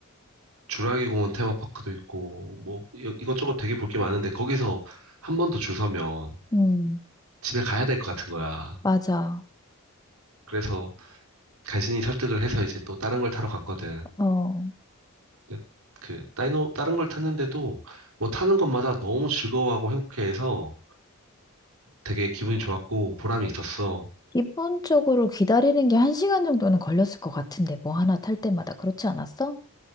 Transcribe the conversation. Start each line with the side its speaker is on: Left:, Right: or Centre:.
Right: 주라기 공원 테마파크도 있고, 뭐, 이- 이것저것 되게 볼 게 많은데, 거기서 한 번 더 줄 서면
Left: 음,
Right: 집에 가야 될 것 같은 거야.
Left: 맞아.
Right: 그래서 간신히 설득을 해서 이제 또 다른 걸 타러 갔거든.
Left: 어.
Right: 근데 그, 다이노, 다른 걸 탔는데도 뭐 타는 것마다 너무 즐거워하고 행복해해서 되게 기분이 좋았고 보람이 있었어.
Left: 기본적으로 기다리는 게 한시간 정도는 걸렸을 것 같은데, 뭐 하나 탈 때마다. 그렇지 않았어?